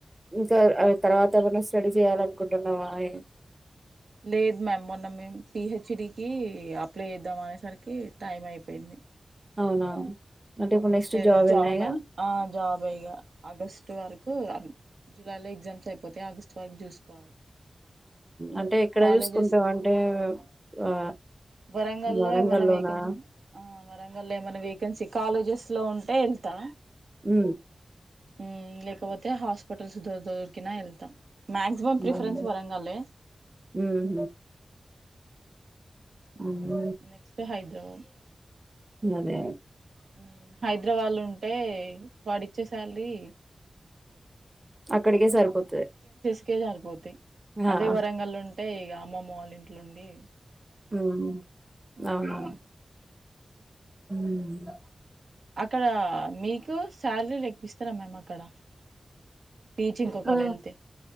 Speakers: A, on the right; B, on the right.
A: తర్ తర్వాత ఏమన్నా స్టడీ చేయాలనుకుంటున్నావాయే
B: లేదు మ్యామ్ మొన్న మేము పిహెచ్డికి అప్లై చేద్దాం అనేసరికి టైం అయిపోయింది
A: అవునా అంటే ఇప్పుడు
B: నెక్స్ట్ జాబ్
A: ఏనా ఇగ
B: ఆ జాబ్ ఇగ ఆగస్ట్ వరకు జులై లో ఎగ్జామ్స్ అయిపోతై ఆగస్ట్ వరకు చూసుకోవాలి
A: అంటే ఎక్కడ
B: కాలేజెస్
A: చూసుకుంటాం అంటే ఆ
B: వరంగల్లో
A: వరంగల్లోనా
B: ఏమైన్నా వేకెన్సీ ఆ వరంగల్లో ఏమన్నా వేక్ వెకెన్సీ కాలేజెస్ లో ఉంటే ఎళ్తా
A: ఉ
B: ఉ లేకపోతే హాస్పిటల్స్ దొ దొరికినా ఎళ్తా మక్సిమం ప్రిఫరెన్స్
A: ఉమ్
B: వరంగళ్లే
A: ఉమ్ అవును
B: నెక్స్ట్ హైదరాబాద్
A: అదే
B: హుమ్ హైదరాబాద్ లో ఉంటే వాడిచ్చే సాలరీ
A: అక్కడికే సరిపోతది
B: అక్కడికే సారిపోతాయి అదే
A: ఆ
B: వరంగల్ ఉంటే ఇగ అమ్మమ్మ వాళ్ళ ఇంట్లో ఉండి
A: ఉమ్ అవునవును ఉమ్
B: అక్కడ మీకు శాలరీలు ఎక్కువ ఇస్తారా మ్యామ్ అక్కడ టీచింగ్ ఒకవేళ
A: ఆ
B: వెళ్తే